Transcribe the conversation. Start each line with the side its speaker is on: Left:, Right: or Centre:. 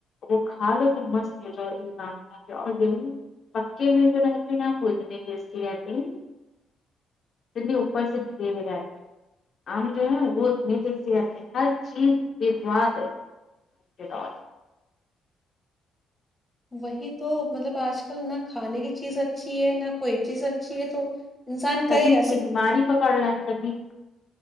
Left: وہ کھا لے تو مست ہو جائے ای آم کھاکے اور یہی پکے بھی تو رہتے بولتنے ٹسٹیی ہیں بھائی پھر بھی اوپر سے پاکے رہتے ہیں آم جو
Centre: ہم،
Left: ہے وہ اتنی سحت ہے ہر چیز دوات ہے اا حلہ
Centre: وہی تو مطلب آج کل نہ کھانے کی چیز اچھی ہے نہ کوئی چیز اچھی ہے تو انسان
Left: تبھی
Centre: کرے گا
Left: نے
Centre: صرف
Left: بیماری پکڑ ل تبھی